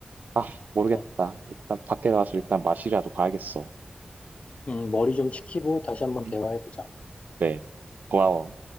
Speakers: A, on the right (about 75°); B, on the left (about 50°).
A: 아, 모르겠다.
B: 어.
A: 일단 밖에 가서 일단 마시라도 가야겠어.
B: 음, 머리 좀 식히고 다시 한번
A: 음.
B: 대화해보자.
A: 네, 고마워.